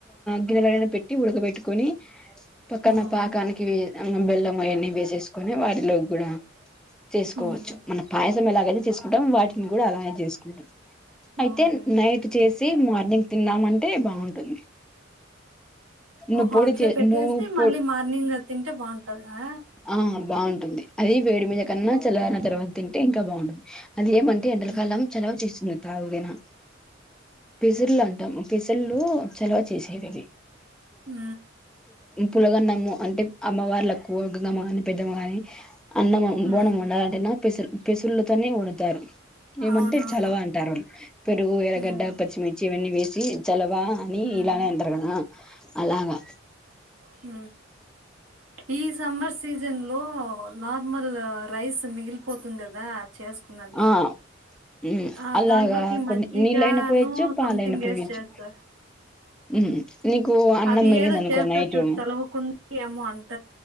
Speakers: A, in the centre; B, on the right.
A: గిన్నెలనా పెట్టి మూత బెట్టుకొని పక్కన
B: ఉమ్
A: పాకనికి వ బెల్లం అవ్వని వేసేసుకోని వాటిలో కూడా చేసుకోవచ్చు
B: ఉమ్
A: మన పాయస ఎలాగైతే చేసుకుంటాంమో వాటిని కూడా అలానే చేసుకుంటాం అయితే
B: అవునులే
A: నైట్ చేసి సి మార్నింగ్ తిన్నామంటే బాగుంటుంది నువ్
B: హాట్
A: పొడి చే
B: లో పెట్టేసి
A: నువ్వు
B: మళ్ళీ
A: పొ
B: మార్నింగ్ తింటే బాగుంటదా
A: ఆ బాగుంటుంది అది వేడి మిదకన్న
B: ఓకే
A: చల్లారిన తర్వాత తింటే అంటే ఇంకా బాగుంటది అది ఏమంటే ఎండలకాలం
B: ఉమ్
A: చెలవు చేస్తున్నది తాగుదేనా పసిర్లా ఉంటాం పసి చెల్లు సెలవ చేసేవివి
B: హ
A: పులగన్నాము అంటే అమ్మవార్క్కు గంగమ్మ గాని పెద్దమ్మ గాని అన్నమ్
B: ఉమ్
A: బోనం వండాలంటి అంట పసి పెసుళ్లతోనే వడుతారు ఏమంటే
B: అవునవును
A: చలవ అంటారు వాళ్ళు పెరుగు ఎరగడ్డ
B: ఉమ్
A: పచ్చిమిర్చి ఇవన్నీ వేసి ఇ చలవ అని
B: ఉమ్
A: ఇలానే అంటారు కదా అలాగా
B: అ ఈ సమర్స సీజన్ లో నార్మల్ రైస్ మిగిలిపోతుంది కదా చేసుకున్నది
A: ఆ మ్మ్
B: ఆ
A: అలాగా
B: దాంట్లోకి మజ్జిగాను
A: కొన్ని నీళ్ళైనా పోయొచ్చు పాలైనా
B: సంథింగ్ వేసి
A: పోయొచ్చు
B: చేస్తారు
A: మ్మ్ నీకు అన్నం
B: అది
A: మిగిలిందనుకో
B: ఏదో చేస్తారు
A: నైటు
B: చూడు చలవకుం ఏమోంట